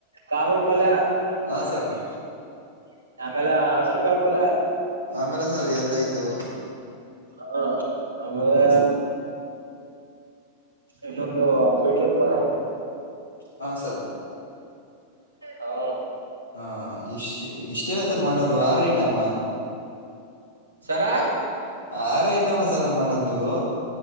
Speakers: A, on the right; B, on the left.
A: ಕಾಬುಲ್ ಪಲ್
B: ಹಾ
A: ಮಾತ
B: ಸರ್
A: ರೈಮ <unintelligible> ಆಮೇಲೆ ಹಸರುಕಾಳ್ ಪಲ್ಯ
B: ಆಮೇಲೆ ಸರ್ ಎರಡಯ್ತು
A: ಹಾ ಅಮಲೆ
B: ಸರ್
A: ಇನ್ನೊಂದು ಬಿಟ್ ಪಲ್ಯಾ
B: ಹ ಸರ್
A: ಹಾ
B: ಹಾ ಇಷ್ಟ್ ಇಷ್ಟೆಲ್ಲ ಸರ್ ಮಾಡೋದು ಆರ ಐಟಮ
A: ಸರಾ
B: ಆರೇ ಐಟಮ್ಸರ ಮಾಡದು ನೀವು